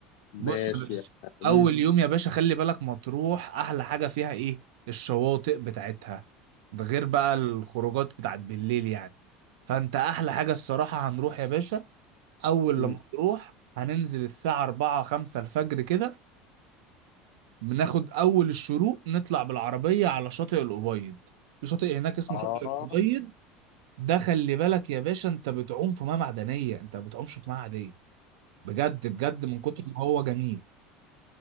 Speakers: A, on the left; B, on the right.
A: ماشي
B: بص يا باشا
A: مم.
B: اول يوم يا باشا خلي بالك مطروح احلى حاجه فيها ايه الشواطئ بتاعتها ده غير بقى الخروجات بتاعت بالليل يعني فانت احلى حاجه الصراحه هنروح يا باشا اول
A: مم.
B: لما نروح هننزل الساعه 4 5 الفجر كده بناخد اول الشروق نطلع بالعربيه على شاطئ الابيض في شاطئ هناك اسمه
A: اه
B: شاطئ الابيض ده خلي بالك يا باشا انت بتعوم في ميه معدنيه انت ما بتعومش في ميه عاديه بجد بجد من كتر ما هو جميل